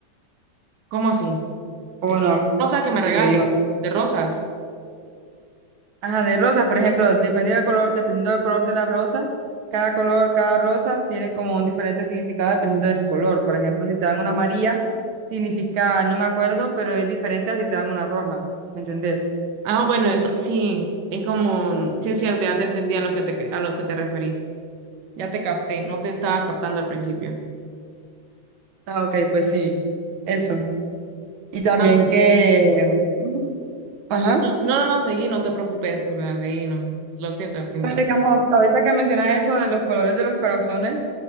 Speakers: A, on the right (about 65°); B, on the right (about 85°).
A: ¿Cómo así?
B: O
A: Eh,
B: bueno,
A: Rosas que me
B: entiendo
A: regalen,
B: yo.
A: de rosas.
B: Ajá, de rosas, por ejemplo, dependiendo del color, dependiendo del color de la rosa, cada color, cada rosa tiene como un diferente significado dependiendo de su color. Por ejemplo, si te dan una amarilla, significa, no me acuerdo, pero es diferente a si te dan una roja. ¿Me entendés?
A: Ah, bueno, eso sí, es como, mm, sí es cierto, ya te entendí a lo que te, a lo que te referís. Ya te capté, no te estaba captando al principio.
B: Ah, ok, pues sí. Eso. Y también
A: Ah,
B: que... Ujú. Ajá.
A: no, no, no, seguí, no te preocupes, o sea, seguí, no. Lo siento, te interrumpí.
B: Pero digamos, ahorita que mencionas eso de los colores de los corazones,